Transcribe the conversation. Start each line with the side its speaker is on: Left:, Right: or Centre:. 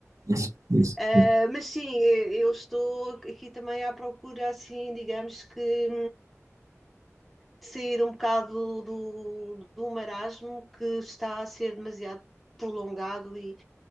Right: Isso, é isso,
Centre: Uh,
Right: é isso.
Centre: mas sim, eu estou aqui também à procura, assim, digamos que sair um bocado do, do marasmo que está a ser demasiado prolongado e,